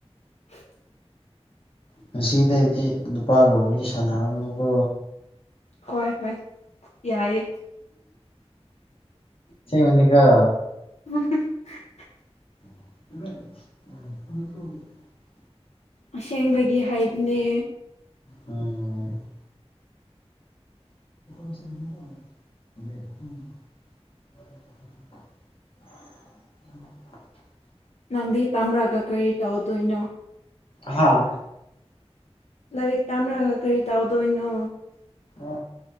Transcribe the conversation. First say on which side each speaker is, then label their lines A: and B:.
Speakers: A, on the left; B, on the left.
A: <inaudible>
B: ꯉꯁꯤꯗꯩꯗꯤ ꯅꯨꯄꯥꯒ ꯋꯥꯔꯤ ꯁꯥꯟꯅꯔꯅꯨꯀꯣ
A: ꯍꯣꯏ ꯍꯣꯏ ꯌꯥꯏꯌꯦ
B: ꯁꯦꯡꯕꯅꯤꯀꯣ
A: <unintelligible>
B: <inaudible>
A: ꯑꯁꯦꯡꯕꯒꯤ ꯍꯥꯏꯕꯅꯦ
B: ꯎꯝ <inaudible> ꯝ <inaudible>
A: ꯅꯪꯗꯤ ꯇꯝꯔꯒ ꯀꯔꯤ ꯇꯧꯗꯣꯏꯅꯣ
B: ꯍꯥꯥ
A: ꯂꯥꯏꯔꯤꯛ ꯇꯥꯝꯔꯒ ꯀꯔꯤ ꯇꯧꯗꯣꯏꯅꯣ
B: ꯑ